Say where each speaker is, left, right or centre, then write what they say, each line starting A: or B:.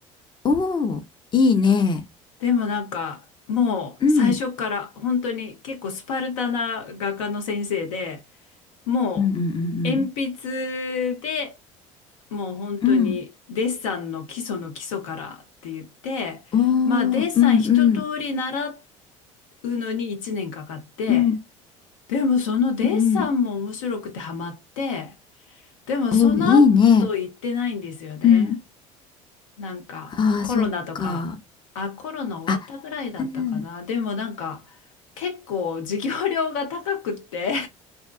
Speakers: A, on the left; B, on the left.
A: おおーいいね
B: でもなんか、もう最初から本当に結構スパルタな画家の先生で、
A: うん
B: もう鉛筆で
A: うんうん
B: もう本当にデッサンの基礎の基礎からって言って、
A: うんうんうんおおーうんうん
B: まあデッサン一通り習うのに1年かかって、
A: うん
B: でもそのデッサンも面白くてハマって、
A: うんうん
B: でもその後行ってないんですよね。
A: おおいいねうん
B: なんかコロナとか、
A: あーそっか
B: あ、コロナ終わったぐらいだったかな。
A: あうん
B: でもなんか結構授業料が高くって